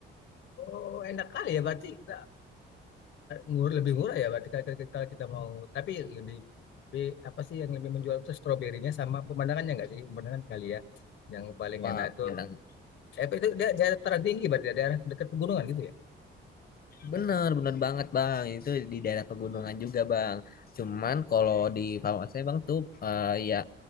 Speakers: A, on the left; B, on the left.
A: Oh enak kali ya berarti kita ngur lebih murah ya berarti kalau kita, kalau kita mau. Tapi lebih, lebih apa sih yang lebih menjual itu stroberinya sama pemandangannya nggak sih? Pemandangan kali ya yang paling
B: Wah,
A: enak itu.
B: bener,
A: Eh itu dia daerah tertinggi berarti ya, daerah dekat pegunungan gitu ya.
B: bener, bener banget, Bang. Itu di daerah pegunungan juga, Bang. Cuman kalau di farmasi Bang tuh eh, ya